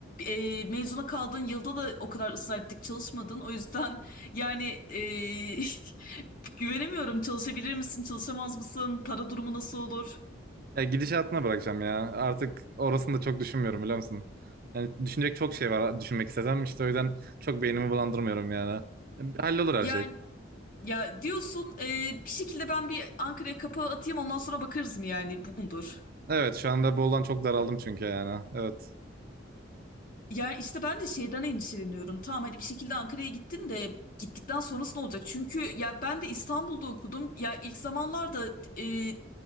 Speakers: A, on the left (about 45°); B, on the right (about 50°).
A: e, mezuna kaldığın yılda da o kadar ısrar ettik çalışmadın. O yüzden yani e, <laughs> güvenemiyorum. Çalışabilir misin, çalışamaz mısın? Para durumu nasıl olur?
B: E, gidişatına bırakacağım ya. Artık orasını da çok düşünmüyorum biliyor musun? Yani düşünecek çok şey var düşünmek istesem işte o yüzden çok beynimi bulandırmıyorum yani. E, Hallolur her
A: Yani
B: şey.
A: ya diyorsun e, bir şekilde ben bir Ankara'ya kapağı atayım ondan sonra bakarız mı yani bu mudur?
B: Evet şu anda boldan çok daraldım çünkü yani. Evet.
A: Yani işte ben de şeyden endişeleniyorum. Tamam hadi bir şekilde Ankara'ya gittin de gittikten sonrası ne olacak? Çünkü ya ben de İstanbul'da okudum. Ya ilk zamanlarda e,